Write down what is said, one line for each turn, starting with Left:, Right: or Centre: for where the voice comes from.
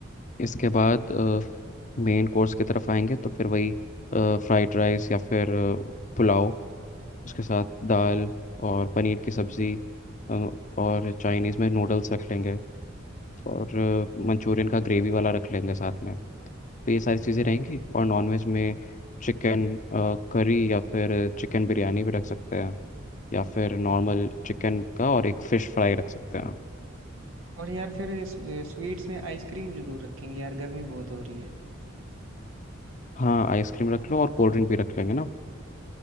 Left: इसके बाद मेन कोर्स की तरफ आएंगे तो फिर वही फ्राइड राइस या फिर अ, पुलाव उसके साथ दाल और पनीर की सब्ज़ी अ, और चाइनीज़ में नूडल्स रख लेंगे और मंचूरियन का ग्रेवी वाला रख लेंगे साथ में तो ये सारी चीज़ें रहेंगी और नॉनवेज में चिकन करी या फिर चिकन बिरयानी भी रख सकते हैं या फिर नॉर्मल चिकन का और एक फ़िश फ्राई रख सकते हैं
Right: और यार फिर इस- स्वीट्स में आइसक्रीम जरूर रखेंगे यार गर्मी बहुत हो रही है
Left: हाँ आइसक्रीम रख लो और कोल्ड ड्रिंक भी रख लेंगे ना